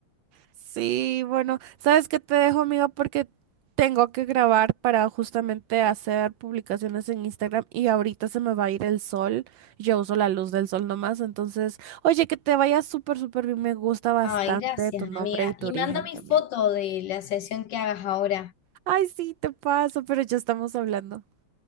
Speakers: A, on the right; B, on the left.
A: Sí, bueno, ¿sabes qué te dejo, amiga? Porque tengo que grabar para justamente hacer publicaciones en Instagram y ahorita se me va a ir el sol. Yo uso la luz del sol nomás, entonces, oye, que te vaya súper, súper bien. Me gusta bastante
B: Ay, gracias
A: tu nombre
B: amiga.
A: y tu
B: Y
A: origen
B: manda mi
A: también.
B: foto de la sesión que hagas ahora.
A: Ay, sí, te paso, pero ya estamos hablando.